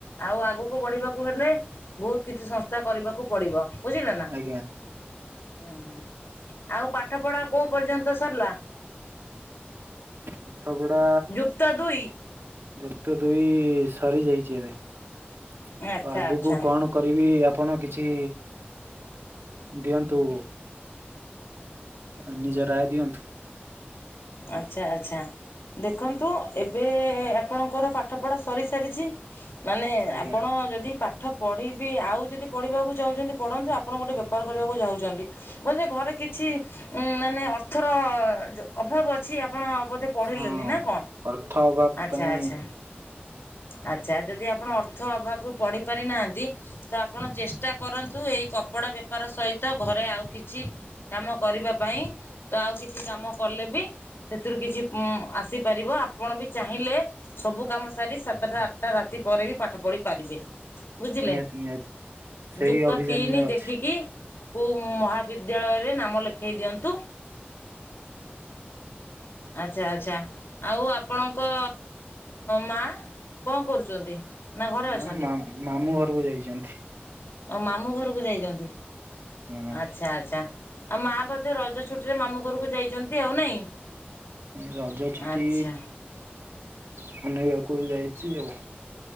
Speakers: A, on the left (about 80°); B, on the right (about 85°).
A: ଆଉ ଆଗକୁ ବଢିବା କୁ ହେଲେ ବହୁତ କିଛି ସଂସ୍ଥା କରିବାକୁ ପଡିବ ବୁଝିଲ ନା।
B: ଆଜ୍ଞା
A: ହଁ ଆଉ ପାଠ ପଢା କୋଉ ପର୍ଯ୍ୟନ୍ତ ସରିଲା?
B: ପାଠ ପଡା
A: ଯୁକ୍ତ ଦୁଇ
B: ଯୁକ୍ତ ଦୁଇ ସରିଯାଇଛି ଏବେ ତ
A: ଆଚ୍ଛା
B: ଆଗକୁ
A: ଆଚ୍ଛା।
B: କଣ କଣ କରିବି ଆପଣ କିଛି ଦିଅନ୍ତୁ? ନିଜ ରାୟ ଦିଅନ୍ତୁ?
A: ଆଚ୍ଛା ଆଛା ଦେଖନ୍ତୁ ଏବେ ଏବେ ଆପଣଙ୍କର ପାଠ ପଢା ସରିସାରିଛି ମାନେ
B: ଆଜ୍ଞା।
A: ଆପଣ ଯଦି ପା ପାଠ ପଢ଼ିବି ଆଉ ଯଦି ପଢ଼ିବାକୁ ଚାହୁଁଛନ୍ତି ପଢ଼ନ୍ତୁ ଆପଣ ଗୋଟେ ବେ ବେପାର କରିବାକୁ ଯାଉଛନ୍ତି ବୋଲେ ଘରେ କିଛି ମାନେ ଅର୍ଥର ଅଭାବ ଅଛି ଆପଣ ବୋଧେ ପଢିଲେନି
B: ହଁ
A: ନା କଣ
B: ଅର୍ଥ ଅଭାବ
A: ଆଚ୍ଛା
B: ପାଇଁ
A: ଆଚ୍ଛା ଆଚ୍ଛା ଯଦି ଆପଣ ଅର୍ଥ ଅଭାବରୁୁ ପଡିି ପାରିନାହାନ୍ତି ତ ଆପଣ ଚେଷ୍ଟା କରନ୍ତୁ ଏଇ କପଡା ବେପାର ସହିତ ଘରେ ଆଉ କିଛି କାମ କରିବା ପାଇଁ ତ ଆଉ କିଛି କାମ କଲେ ବି ସେଥିରୁ କିଛି ମ ଆସିପାରିବ ଆପଣ ବି ଚାହିଁଲେ ସବୁ କାମ ସାରି ସାତଟା ଆଠଟା ରାତି ପରେ ବି ପାଠ ପଢି ପାରିବେ। ବୁଝିଲେ
B: ନିହାତି ନିହାତି ସେଇ
A: ଯୁକ୍ତ
B: ଅଭିଯାନରେ
A: ତିନି ଦେଖିକି
B: ଅଛି।
A: କୁ ମହାବିଦ୍ୟାଳୟରେ ନାମ ଲେଖେଇ ଦିଅନ୍ତୁ? ଆଚ୍ଛା ଆଚ୍ଛା। ଆଉ ଆପଣଙ୍କ ମା କଣ କରୁଛନ୍ତି ନା ଘରେ
B: ମା
A: ଅଛନ୍ତି?
B: ମା ମାମୁଁ ଘରକୁ ଯାଇଛନ୍ତି।
A: ହ ମାମୁଁ ଘରକୁ ଯାଇଛନ୍ତି
B: ହଁ
A: ଆଛା ଆଚ୍ଛା। ଆଉ ମା ବଧେ ରଜ ଛୁଟିରେ ମାମୁଁ ଘରକୁ ଯାଇଛନ୍ତି ଆଉ ନାଇଁ।
B: ରଜ ଛୁଟି
A: ଆଚ୍ଛା।
B: ବନେଇବାକୁ ଯାଇଛି ଆଉ।